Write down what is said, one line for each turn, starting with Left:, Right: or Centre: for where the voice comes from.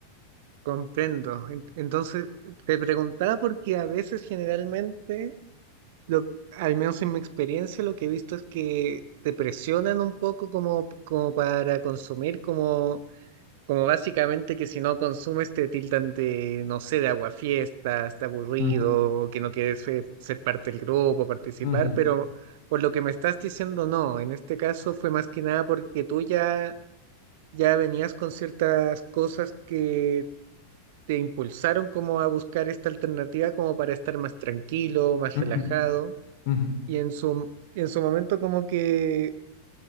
Right: Comprendo. En- Entonces, te preguntaba porque a veces generalmente, lo, al menos en mi experiencia, lo que he visto es que te presionan un poco como, como para consumir como Como básicamente que si no consumes te tildan de, no sé, de aguafiestas, está aburrido,
Left: Ujú,
Right: o que no quieres eh, ser parte del grupo, participar,
Left: ujú,
Right: pero por lo que me estás diciendo, no, en este caso fue más que nada porque tú ya, ya venías con ciertas cosas que te impulsaron como a buscar esta alternativa como para estar más tranquilo, más
Left: ujú,
Right: relajado,
Left: ujú,
Right: y en su, en su momento como que